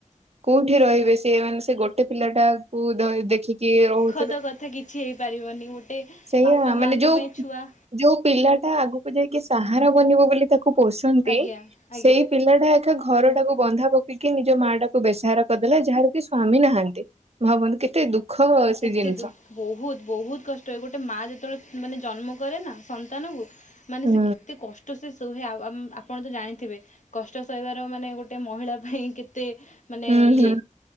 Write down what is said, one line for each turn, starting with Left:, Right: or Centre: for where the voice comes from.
Right: କୋଉଠି ରହିବେ ସିଏ ମାନେ ସେ ଗୋଟେ ପିଲା ଟା କ ଦେଖିକି ରହୁ
Left: ଦୁଖଦ କଥା କିଛି ହେଇପାରିବନି ଗୋଟେ
Right: ସେଇଆ
Left: ବାପା
Right: ମାନେ
Left: ମାଙ୍କ
Right: ଯୋଉ
Left: ପାଇଁ ଛୁଆ
Right: ଯୋଉ ପିଲାଟା ଆଗକୁ ଯାଇକ ସାହାର ବନିବ ବୋଲି ତାକୁ ପୋଷନ୍ତି
Left: ଆଜ୍ଞା ଆଜ୍ଞା
Right: ସେଇ ପିଲାଟା ଏକା ଘର ଟାକୁ ବନ୍ଧା ପକି ନିଜ ମା ଟାକୁ ବେସାହାର କରିଦେଲା ଯାହାର କି ସ୍ଵାମୀ ନାହାନ୍ତି ଭାବନ୍ତୁ କେତେ ଦୁଃଖ। ସେ
Left: କେତେ
Right: ଜିନିଷ
Left: ଦୁ ବହୁତ ବହୁତ କଷ୍ଟ ହୁଏ ଗୋଟେ ମା ଯେତେବେଳେ ମାନେ ଜନ୍ମ କରେ ନା ସନ୍ତାନ କୁ ମାନେ
Right: ହୁଁ
Left: ସେ କେତେ କଷ୍ଟ ସେ ତୁହେ ଆ ଆମ୍ ଆପଣ ତ ଜାଣିଥିବେ କଷ୍ଟ ସରିବାର ମାନେ ଗୋଟେ ମହିଳା ପାଇଁ କେ ତେ ମାନେ
Right: ହୁଁ
Left: ଇଏ
Right: ହୁଁ